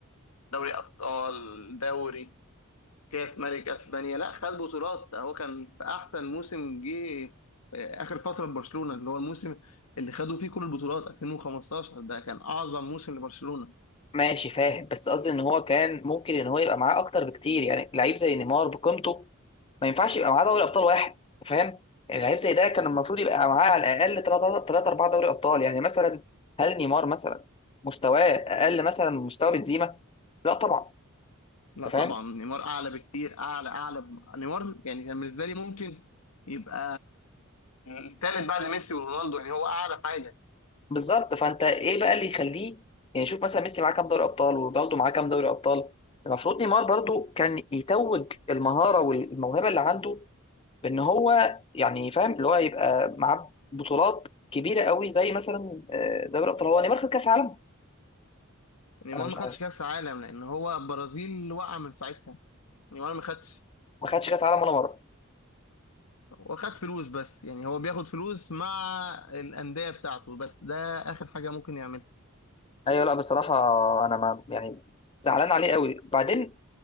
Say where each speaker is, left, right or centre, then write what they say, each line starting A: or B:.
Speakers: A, on the left; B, on the left.
A: دوري ابطال دوري كاس ملك اسبانيا لا خد بطولات ده هو كان في احسن موسم جه في اخر فتره لبرشلونه اللي هو الموسم اللي خدوا فيه كل البطولات 2015 ده كان اعظم موسم لبرشلونه
B: ماشي فاهم بس قصدي ان هو كان ممكن ان هو يبقى معاه اكتر بكتير يعني لعيب زي نيمار بقيمته ما ينفعش يبقى معاه دوري ابطال واحد فاهم يعني لعيب زي ده كان المفروض يبقى معاه على الاقل 3 4 دوري ابطال يعني مثلا هل نيمار مثلا مستواه اقل مثلا من مستوى بنزيما لا طبعا
A: لا
B: انت
A: طبعا
B: فاهم
A: نيمار اعلى بكتير اعلى اعلى ب- نيمار يعني كان بالنسبه لي ممكن يبقى الثالث بعد ميسي ورونالدو يعني هو اعلى حاجه
B: بالظبط فانت ايه بقى اللي يخليه يعني شوف مثلا ميسي معاه كام دوري ابطال ورونالدو معاه كام دوري ابطال المفروض نيمار برضو كان يتوج المهاره والموهبه اللي عنده بان هو يعني فاهم اللي هو يبقى معاه بطولات كبيره قوي زي مثلا آه، دوري ابطال هو نيمار خد كاس عالم
A: نيمار
B: انا مش
A: ما خدش
B: عارف
A: كاس عالم لان هو برازيل وقع من ساعتها نيمار ما خدش
B: ما خدش كاس عالم ولا مره
A: وخد فلوس بس يعني هو بياخد فلوس مع الانديه بتاعته بس ده اخر حاجه ممكن يعملها
B: ايوه لا بصراحه انا ما يعني زعلان عليه قوي بعدين